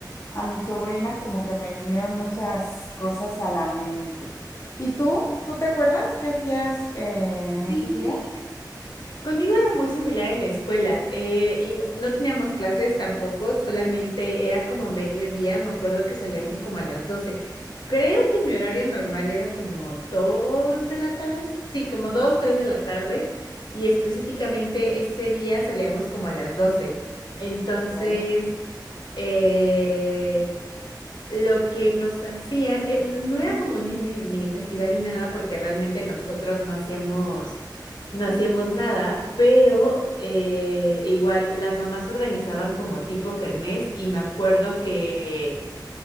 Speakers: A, on the left; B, on the left.
A: A mi sobrina como que me vinieron muchas cosas a la mente. ¿Y tú? ¿Tú te acuerdas qué hacías eh, en esos
B: Sí,
A: días?
B: conmigo era muy similar en la escuela. eh, y no teníamos clases tampoco, solamente era como mediodía. Me acuerdo que salíamos como a las 12. Creo que mi horario normal era como 2 de la tarde. Sí, como 2, 3 de la tarde. Y específicamente ese día salíamos como a las 12. Entonces,
A: Bien.
B: eh, lo que nos hacían, eh, no era como un mini, mini festival ni nada, porque realmente nosotros no hacíamos, no hacíamos nada, pero eh, igual las mamás organizaban como tipo kermés y me acuerdo que,